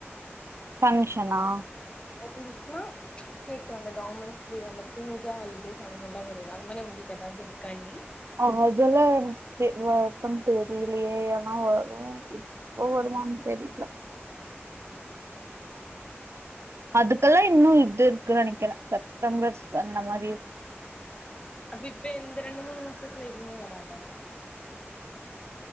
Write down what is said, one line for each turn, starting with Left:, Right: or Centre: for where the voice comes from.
Right: ஃபங்ஷனா
Left: ஓகே கிருஷ்ணா கேக்குறாங்க கவர்மெண்ட்ஸ் லீவ் அந்த பூஜா ஹாலிடேஸ் அந்த மாரிலா வருல அந்த மாரி உங்களுக்கு எதாவ்து இருக்கா லீவ்
Right: அ அதெல்ல எனக் தே யாகு தெரியிலையே அனா வரு லீவெல்லா தெரியில அதுக்கெல்லா இன்னு இது இருக்கு நெனக்கிறே செப்டம்பர்ஸ் அந்த மா
Left: அப்ப இப்ப எந்த ரெண்டு மூணு மாசத்துல எதுமே வராதா